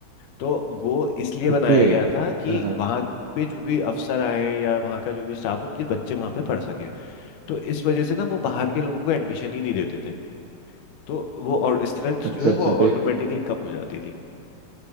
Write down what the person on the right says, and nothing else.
ओके
हाँ हाँ,
अच्छा
अच्छा
तो